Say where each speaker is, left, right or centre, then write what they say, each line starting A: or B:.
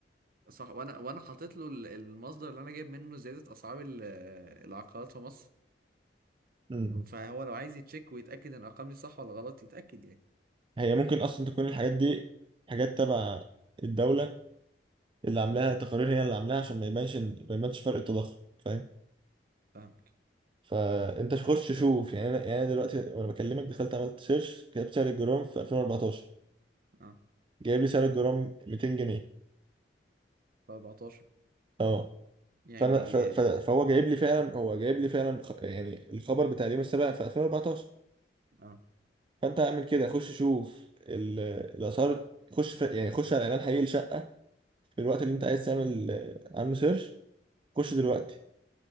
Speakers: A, on the right; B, on the right.
A: صح وانا وانا حاطط له ال- المصدر اللي انا جايب منه زياده اسعار ال- العقارات في مصر
B: بدماغه
A: فهو لو عايز يتشيك ويتاكد ان الارقام دي صح ولا غلط يتاكد يعني
B: هي ممكن اصلا تكون الحاجات دي حاجات تبع الدوله اللي عاملاها تقارير هي اللي عاملاها عشان ما يبانش إن- ما يبانش فرق التضخم فاهم
A: فاهمك
B: فانت خش شوف يعني انا يعني أنا دلوقتي وانا بكلمك دخلت عملت سيرش كتبت سعر الجرام في 2014
A: اه
B: جايب لي سعر الجرام 200 جنيه
A: 14
B: اه
A: يعني
B: فانا ف... ف... فهو جايب لي فعلا هو جايب لي فعلا خ... يعني الخبر بتاع اليوم السابع في 2014
A: اه
B: فانت اعمل كده خش شوف ال... الاسعار خش في... يعني خش على اعلان حقيقي لشقه في الوقت اللي انت عايز تعمل آه، عنه سيرش خش دلوقتي